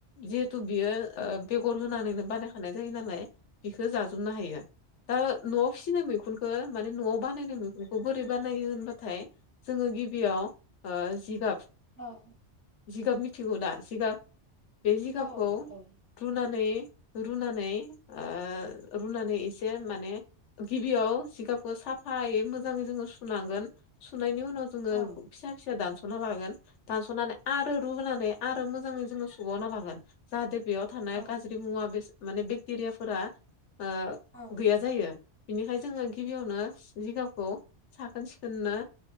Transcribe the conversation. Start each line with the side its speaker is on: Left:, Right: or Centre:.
Left: जिहेथु बियो ओ बेगर होनानैनो बानायखानाय जायो नालाय बिखौ जाजोबनो हायो दा न'आव फिसिनाय मैखुनखौ माने न'आव बानायनाय मैखुनखौ बोरै बानायो होनबाथाय जोंङो गिबियाव ओ जिगाब
Right: औ
Left: जिगाब मिथिगौ दा जिगाब बे जिगाबखौ
Right: औ औ
Left: रुनानै रुनानै ओ रुनानै एसे माने गिबियाव सिगाबखौ साफायै मोजां जोंङो सुनांगोन सुनायनि उनाव जोंङो
Right: औ
Left: फिसा फिसा दानस'ना लागोन दानस'नानै आरो रुनानै आरो मोजांङै सौबावना लागोन जाहाथे बेयाव थानाय
Right: औ
Left: गाज्रि मुवा बेसाद माने बेक्टेरियाफोरा ओ
Right: औ
Left: गैया जायो बिनिफ्राय जोंङो गिबियावनो जिगाबखौ साखोन सिखोननो